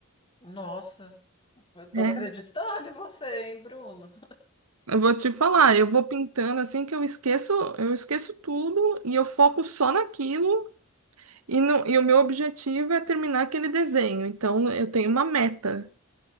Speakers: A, on the left (about 20°); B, on the right (about 85°).
A: Nossa, eu
B: né?
A: tô acreditando em você, hein, Bruno?
B: eu vou te falar, eu vou pintando assim que eu esqueço, eu esqueço tudo e eu foco só naquilo e, no, e o meu objetivo é terminar aquele desenho. Então eu tenho uma meta.